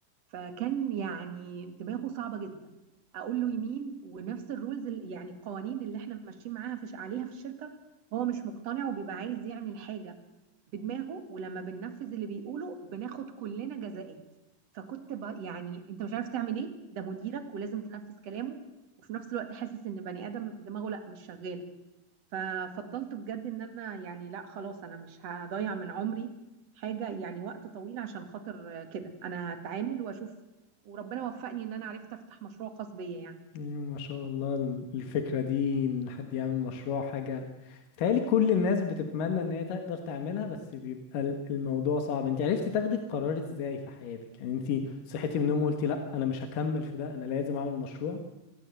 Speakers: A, on the right; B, on the left.
A: فكان يعني دماغه صعبه جدا اقول له يمين ونفس الرولز ال- يعني القوانين اللي احنا ماشيين معاها في عليها في الشركه هو مش مقتنع وبيبقى عايز يعمل حاجه بدماغه ولما بننفذ اللي بيقوله بناخد كلنا جزاءات فكنت ب... يعني انت مش عارف تعمل ايه ده مديرك ولازم تنفذ كلامه وفي نفس الوقت حاسس ان بني ادم دماغه لا مش شغاله ففضلت بجد ان انا يعني لا خلاص انا مش هضيع من عمري حاجه يعني وقت طويل عشان خاطر كده انا هتعامل واشوف وربنا وفقني ان انا عرفت افتح مشروع خاص بيا يعني
B: ايوه ما شاء الله ال- الفكرة دي ان حد يعمل مشروع حاجة بتهيألي كل الناس بتتمنى ان هي تقدر تعملها بس بيبقى ال- الموضوع صعب انت عرفتي تاخدي القرار ازاي في حياتك يعني انت صحيتي من النوم وقلتي لا انا مش هكمل في ده انا لازم اعمل مشروع